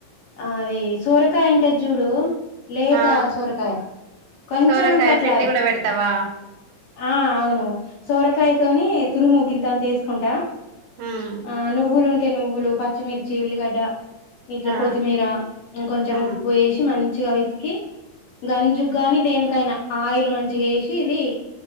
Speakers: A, on the left; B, on the right.
A: ఆ అది సోరకాయ ఉంటది చూడు, లేత
B: ఆ
A: సోరకాయ. కొంచెమంత
B: సోరకాయ
A: అట్లా,
B: పిండి కూడా పెడతావా
A: ఆ అవును, సోరకాయతోని తురుము గింతంత ఏసుకుంటా
B: ఉమ్
A: ఆ నువ్వులు ఉంటే నువ్వులు, పచ్చిమిర్చి, ఉల్లిగడ్డ. ఇట్లా
B: ఆ
A: కొత్తిమీర, ఇంకొంచెం
B: ఆ
A: ఉప్పు ఏసి మంచి మంచిగా విసికి, గంజుగాని దేనికైనా ఆయిల్ మంచిగ ఏసి, ఇది.